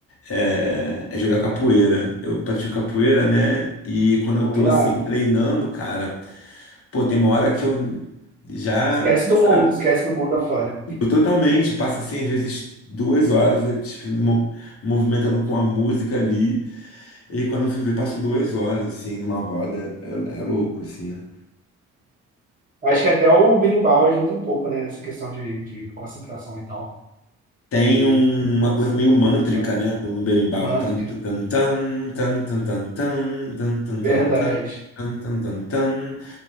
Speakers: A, on the left (about 50°); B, on the right (about 25°).
A: é, é jogar capoeira. Eu pratico capoeira, né? E quando
B: Bom,
A: eu tô
B: irado.
A: assim treinando, cara, pô, tem uma hora que eu já,
B: Esquece do
A: sabe?
B: mundo, esquece do mundo afora.
A: Totalmente, passa assim, às vezes duas horas, eh, tipo, mo- movimentando com a música ali, e quando eu fui ver, passou duas horas, assim, numa roda, é, é é louco, assim. né?
B: Acho que até o berimbau ajuda um pouco, né, nessa questão de, de concentração e tal,
A: Tem
B: que
A: um- uma coisa
B: se
A: meio mântrica,
B: dane.
A: né, no berimbau.
B: mantra,
A: Tan, tan, tan, tan, tan, tan, tan, tan, tan, tan,
B: verdade,
A: tan, tan, tan, tan, tan, tan.